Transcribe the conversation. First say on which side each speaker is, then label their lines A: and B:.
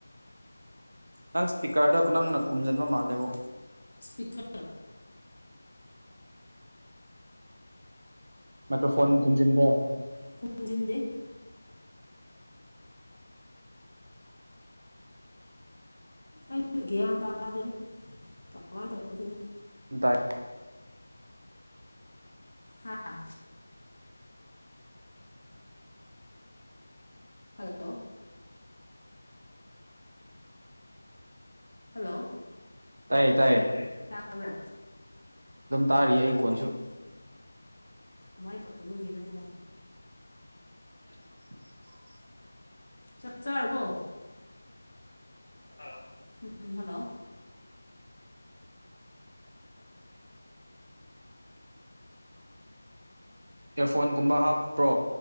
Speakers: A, on the right; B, on the left.
A: ꯅꯪ ꯏꯁꯄꯤꯀꯔꯗ ꯅꯪꯅ ꯈꯨꯝꯖꯤꯟꯕ ꯃꯥꯜꯂꯦꯕꯣ
B: ꯁꯄꯤꯀꯔ
A: ꯃꯥꯏꯀ꯭ꯔꯣꯐꯣꯟ ꯈꯨꯝꯖꯤꯟꯒꯦ
B: ꯈꯨꯖꯤꯟꯗꯦ ꯑꯩꯒ ꯒꯌ꯭ꯥꯟ ꯇꯗꯅꯦ ꯀꯥꯃꯥꯏ ꯇꯧꯗꯣꯏꯅꯣ
A: ꯇꯥꯏ
B: ꯍꯥꯥ ꯍꯜꯂꯣ ꯍꯜꯂꯣ
A: ꯇꯥꯏꯌꯦ ꯇꯥꯏꯌꯦ
B: ꯇꯥꯌꯦ ꯇꯥꯌꯦ ꯇꯕꯔꯥ ꯑꯗꯨꯝ
A: ꯇꯥꯔꯤꯌꯦ
B: ꯇꯔꯤ
A: ꯑꯩ ꯀꯣꯟꯁꯨ
B: ꯑꯩꯒꯤ ꯈꯣꯟꯁꯨ ꯀꯃꯥꯏ ꯇꯧꯕꯒꯤꯔꯥ ꯀꯣ
A: <inaudible>
B: ꯆꯛ ꯆꯔꯥꯕꯣ ꯍꯜꯂꯣ ꯎꯝ ꯍꯜꯂꯣ
A: ꯏꯌ꯭ꯥꯔꯐꯣꯟꯒꯨꯝꯕ ꯍꯥꯞꯄ꯭ꯔꯣ